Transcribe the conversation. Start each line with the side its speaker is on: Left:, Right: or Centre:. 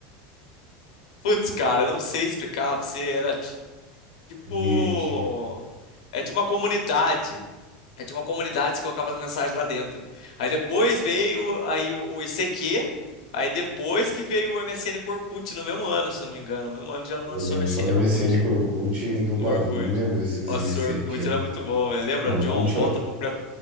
Left: Putz, cara, eu não sei explicar pra você. Era tipo.
Right: Mirk.
Left: É tipo uma comunidade. É, tinha uma comunidade, você colocava as mensagens lá dentro. Aí depois veio aí o, o ICQ, aí depois que veio o MSN com o Orkut, no mesmo ano, se eu não me engano. No mesmo ano já
Right: Eu
Left: lançou
Right: lembro
Left: o MSN
Right: só da MSN
Left: e o Orkut.
Right: com o Orkut e do
Left: O
Right: Badu.
Left: Orkut.
Right: Não lembro desses
Left: Nossa,
Right: IC
Left: o Orkut
Right: que eram.
Left: era muito bom, velho. Lembra,
Right: Orkut,
Left: John? Volta pro pré,